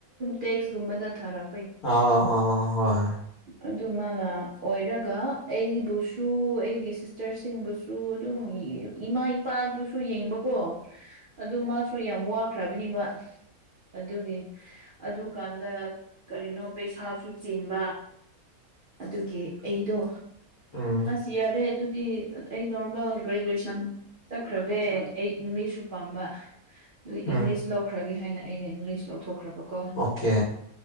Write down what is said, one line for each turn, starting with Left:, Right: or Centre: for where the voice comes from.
Right: ꯗꯦꯛꯁ ꯨꯝꯃꯟꯗ ꯊꯥꯔ
Left: ꯑ ꯑ ꯑ ꯑ ꯍ
Right: ꯑꯗꯨꯃꯅ ꯑꯣꯏꯔꯒ ꯑꯩꯕꯨꯁꯨ ꯑꯩꯒꯤ ꯁꯤꯁꯇꯔꯁꯤꯡꯕꯨꯁꯨ ꯑꯗꯨꯝ ꯏꯃꯥ ꯏ ꯄꯥꯗꯨꯁꯨ ꯌꯦꯡꯕꯀꯣ ꯑꯗꯨ ꯃꯥꯁꯨ ꯌꯥꯝ ꯋꯥꯈ꯭ꯔꯕꯅꯦꯕ ꯑꯗꯨꯒꯤ ꯑꯗꯨꯀꯥꯟꯗ ꯀꯔꯤꯅꯣ ꯄꯩꯁꯥꯁꯨ ꯆꯦꯟꯕ ꯑꯗꯨꯒꯤ ꯑꯩꯗꯣ
Left: ꯎꯝ
Right: ꯑꯁ ꯌꯥꯔꯦ ꯑꯗꯨꯗꯤ ꯑꯩ ꯅꯣꯔꯃꯦꯜ ꯒ꯭ꯔꯦꯖꯨꯑꯦꯁꯟ ꯆꯠꯈ꯭ꯔꯕꯦ ꯑꯩ ꯏꯪꯂꯤꯁꯁꯨ ꯄꯥꯝꯕ ꯑꯗꯨ
Left: ꯎꯝ
Right: ꯏꯪꯂꯤꯁ ꯂꯧꯈ꯭ꯔꯒꯦ ꯍꯥꯏꯅ ꯑꯩꯅ ꯏꯪꯂꯤꯁ ꯂꯧꯊꯣꯛꯈ꯭ꯔꯕꯀꯣ
Left: ꯑꯣꯀꯦ